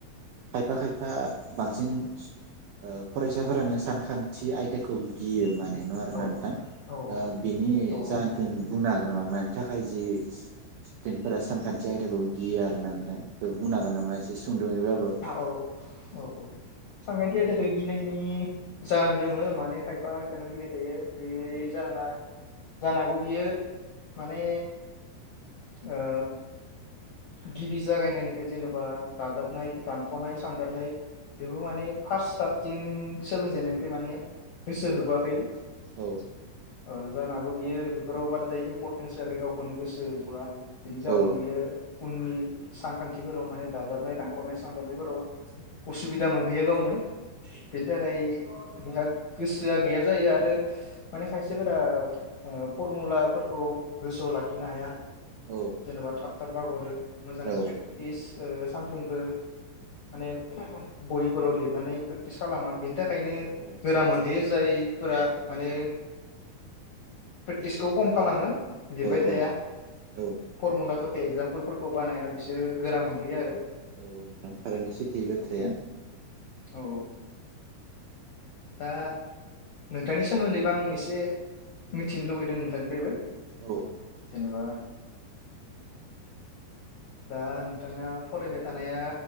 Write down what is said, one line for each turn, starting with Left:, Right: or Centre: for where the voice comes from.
Right: खायफा खायफा बांसिन ओ फरायसाफोरानो सानखान्थि आयदाखौ गियो माने एन आरो
Left: इयाव
Right: नोंथां
Left: औ
Right: ओ बिनि
Left: औ
Right: जाहोनखौ
Left: गियो
Right: बुंना हो जेनबा मानि थाखाय जि स्टुदेन्टफोरा सानखान्थि आयदाखौ गियो आरोना नोंथां बुंनो हागोन नामा एसे सुंदहैबाबो?
Left: औ औ सानखान्थि आयदाखौ गिनायनि जाहोन दोङो माने खायफा खायफानाव गिनाय थायो बे
Right: औ
Left: जाहोना जानो हागौ बियो माने ओ, गिबि जागायनायनिफ्राय जेनेबा दाजाबनाय दानख'नाय सानजाबनाय बेबो माने फार्स्ट सटारथिं सोलोंजेनन्नायनिफ्राय माने गोसो
Right: औ
Left: होबोआखै
Right: औ
Left: ओ जानो हागौ बियो बेफोराव बाराद्राय इम्परटेन्स होआखै गावखौनो गोसो होबोआ बेनि जाहोनाव
Right: औ
Left: बियो, उननि सानखान्थिफोराव माने दाजाबनाय दानख'नाय सानजाबनायफोराव उसुबिदा मोनहैयो गावनो बेनि थाखाय बेहा गोसोआ गैया जायो आरो माने खायसेफोरा फरमुलाफोरखौ गोसोआव लाखिनो हाया
Right: औ
Left: जेनेबा थाब थाब <unintelligible> मोजांयै
Right: औ
Left: प्रेकटिस ओ सानफ्रोमबो माने बहिफोराव लिरनानै प्रेकटिस खालामा बेनि थाखायनो
Right: औ
Left: गोरा मोनहैयो जायफोरा
Right: औ
Left: माने प्रेकटिसखौ खम खालामो लिरबाय
Right: औ
Left: थाया
Right: औ औ
Left: फरमुलाफोरखौ एकजामपोलफोर खौ बानाया बिसोरो गोरा मोनहैयो आरो
Right: औ थारैनो सैथो ए बाथ्राया,
Left: उम औ औ दा नोंथांनि सोमोन्दैबो आं एसे मिथिनो लुबैदों नोंथांनिफ्रायबो
Right: औ
Left: जेनेबा, दा नोंथांना फरायबाय थानाया